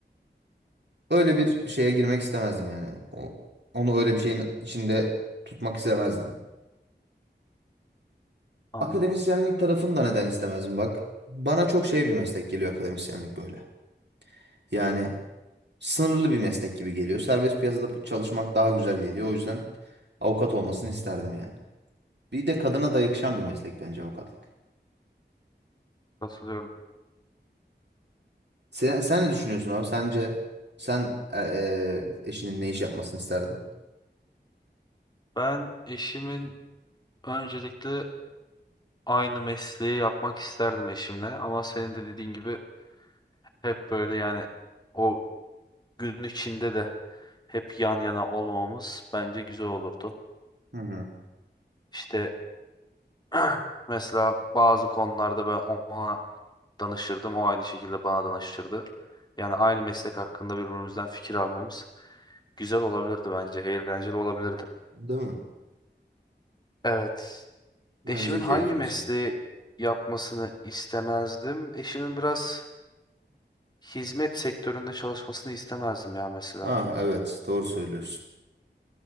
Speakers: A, on the right; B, on the left.
A: Öyle bir şeye girmek istemezdim yani. O, onu öyle bir şeyin içinde tutmak istemezdim.
B: Anladım.
A: Akademisyenlik tarafını da neden istemezdim bak. Bana çok şey bir meslek geliyor akademisyenlik böyle. Yani sınırlı bir meslek gibi geliyor. Serbest piyasada çalışmak daha güzel geliyor. O yüzden avukat olmasını isterdim yani. Bir de kadına da yakışan bir meslek bence avukatlık.
B: Katılıyorum.
A: Sen, sen ne düşünüyorsun abi? Sence sen e, e, eşinin ne iş yapmasını isterdin?
B: Ben eşimin öncelikle aynı mesleği yapmak isterdim eşimle ama senin de dediğin gibi hep böyle yani o gün içinde de hep yan yana olmamamız bence güzel olurdu.
A: Hı hı.
B: İşte <clears throat> Mesela bazı konularda ben ona danışırdım. O aynı şekilde bana danışırdı. Yani aynı meslek hakkında birbirimizden fikir almamız güzel olabilirdi bence. Eğlenceli olabilirdi.
A: Değil mi?
B: Evet.
A: Bence
B: Eşimin
A: de
B: hangi
A: keyifli
B: mesleği
A: bir şey.
B: yapmasını istemezdim? Eşimin biraz hizmet sektöründe çalışmasını istemezdim ya mesela.
A: Ha evet doğru söylüyorsun.